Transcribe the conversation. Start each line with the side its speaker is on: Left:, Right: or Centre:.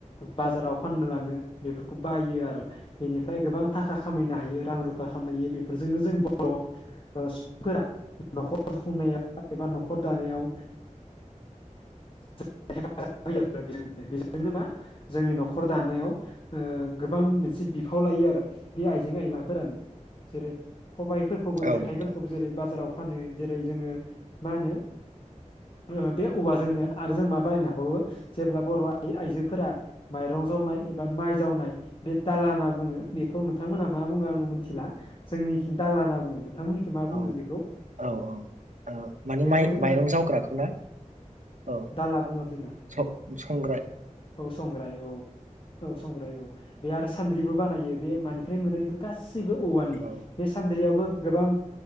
Left: बाजाराव फाननो लाङो बेफोरखौ बायो आरो बेनिफ्राय गोबां थाखा खामायनो हायो रां रुफा खामायो बेफोरजों जोंनो जों बर' सुबुंफोरा न'खर खुंनायाव एबा न'खर दानायाव
Right: <inaudible>
Left: <unintelligible> बेजोंनो मा जोंनि न'खर दानायाव ओ गोबां मोनसे बिफाव लायो आरो बे आइजें आयलाफोरानो जेरै खबाइफोरखौबो
Right: औ
Left: जेखाइफोरखौबो
Right: नोंथां
Left: जेरै बाजाराव फानो जेरै जोङो मा होनो ओ बे औवाजोंनो आरो जों मा बानायनो हाबावो जेब्ला बर' आइ आइजोफोरा माइरं जावनाय एबा माइ जावनाय बे दालाना बुङो बेखौ नोंथांमोना मा बुङो आङो मिथिला जोंनिखिं दालाना बुङो नों थांमोननिखै मा बुङो
Right: औ
Left: बेखौ
Right: औ औ मानि
Left: बेखौ
Right: माइ
Left: जोंना
Right: माइरं जावग्राखौ ना औ
Left: दाला बुङो आरो जोंना
Right: स संग्राय
Left: औ संग्राय औ औ संग्राय औ बे आरो सान्द्रि बो बानायो बे मानिफ्राय मोनो बेफोर गासैबो औवानि
Right: औ
Left: बे सान्द्रियाबो गोबां